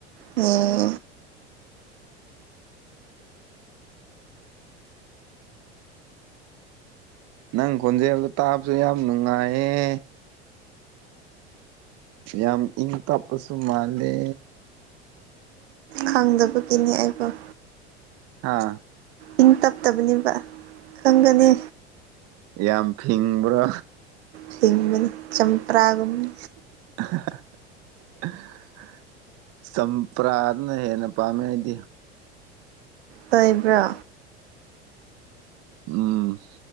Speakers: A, on the right; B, on the right.
A: ꯑꯣꯝ
B: ꯅꯪ ꯈꯣꯟꯖꯦꯜꯗ ꯇꯥꯕꯁꯨ ꯌꯥꯝ ꯅꯨꯡꯉꯥꯏꯌꯦ ꯌꯥꯝ ꯏꯪ ꯇꯞꯄꯁꯨ ꯃꯥꯜꯂꯦ
A: ꯈꯪꯗꯕꯒꯤꯅꯤ ꯑꯩꯕꯨꯣ
B: ꯍꯥꯥ
A: ꯏꯪ ꯇꯞꯇꯕꯅꯦꯕ ꯈꯪꯒꯅꯤ
B: ꯌꯥꯝ ꯐꯤꯡꯕ꯭ꯔꯣ
A: ꯁꯤꯡꯕꯅꯤ ꯆꯝꯄ꯭ꯔꯥꯒꯨꯝꯅꯤ
B: <inaudible> ꯆꯝꯄ꯭ꯔꯥꯅ ꯍꯦꯟꯅ ꯄꯥꯝꯃꯦ ꯑꯩꯗꯤ
A: ꯇꯥꯏꯕ꯭ꯔꯥ
B: ꯎꯝ